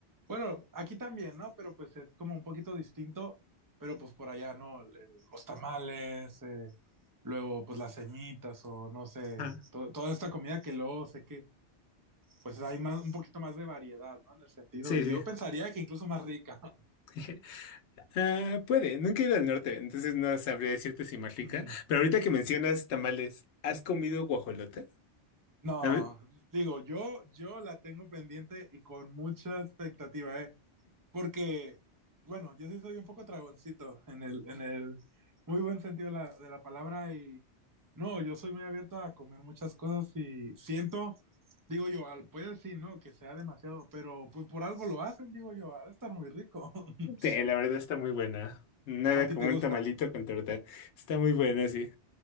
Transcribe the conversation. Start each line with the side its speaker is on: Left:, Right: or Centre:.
Right: bueno, aquí también, ¿no? Pero pues es como un poquito distinto, pero pues por allá, ¿no? El- el- los tamales, eh, luego pues las semitas o no sé,
Left: Ah,
Right: to- toda esta comida que luego sé que pues hay más, un poquito más de variedad, ¿no? En el sentido,
Left: sí,
Right: y
Left: sí.
Right: yo pensaría que incluso más rica. <laughs>
Left: <laughs> Ah, puede, nunca he ido al norte, entonces no sabría decirte si más rica.
Right: Mm.
Left: Pero ahorita que mencionas tamales, ¿has comido guajolota?
Right: No,
Left: ¿Sabes?
Right: digo, yo, yo la tengo pendiente y con mucha expectativa, ¿eh? Porque, bueno, yo sí soy un poco tragoncito en el, en el muy buen sentido de la, de la palabra y no, yo soy muy abierto a comer muchas cosas y siento, digo yo, al, puede decir, no, que sea demasiado, pero pues por algo lo hacen, digo yo, ha de estar muy rico. <laughs>
Left: Sí, la verdad está muy buena. Nada
Right: A ti
Left: como
Right: te
Left: un
Right: gusta.
Left: tamalito con torta. Está muy buena, sí.